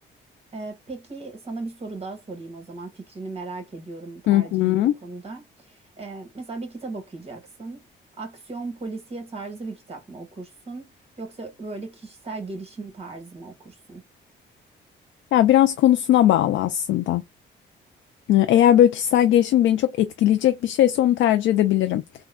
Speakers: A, on the right (about 30°); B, on the left (about 75°).
A: Ee, peki sana bir soru daha sorayım o zaman. Fikrini merak ediyorum, tercihini
B: Hı hı.
A: bu konuda. Ee, mesela bir kitap okuyacaksın. Aksiyon polisiye tarzı bir kitap mı okursun? Yoksa böyle kişisel gelişim tarzı mı okursun?
B: Ya biraz konusuna bağlı aslında. Ee, Eğer böyle kişisel gelişim beni çok etkileyecek bir şeyse onu tercih edebilirim.